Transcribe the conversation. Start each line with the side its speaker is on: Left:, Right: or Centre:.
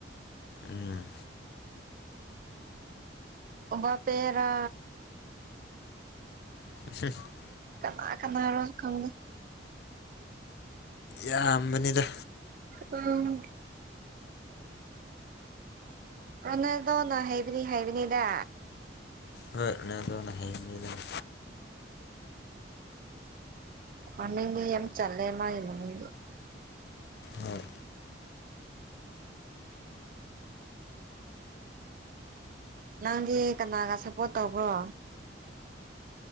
Left: ꯎꯝ
Right: ꯕꯄꯦꯔ
Left: <inaudible>
Right: ꯀꯅꯥ ꯀꯅꯥ ꯔ ꯈꯪꯗ
Left: ꯌꯥꯝꯕꯅꯤꯗ
Right: ꯎꯝ ꯔꯣꯅꯜꯗꯣ ꯅ ꯍꯩꯕꯤꯅꯤ ꯍꯥꯏꯩꯕꯤꯅꯤꯗ
Left: ꯍꯣꯏ ꯔꯣꯅꯜꯗꯣꯅ ꯍꯦꯟꯕꯅꯥꯗ
Right: ꯃꯃꯤꯡꯗꯤ ꯌꯥꯝ ꯆꯂꯦ ꯃꯥꯡꯒꯤ ꯃꯃꯤꯡꯗꯤ
Left: ꯍꯣꯏ
Right: ꯅꯪꯗꯤ ꯀꯅꯥꯒ ꯁꯞꯄꯣꯔꯠ ꯇꯧꯕ꯭ꯔꯣ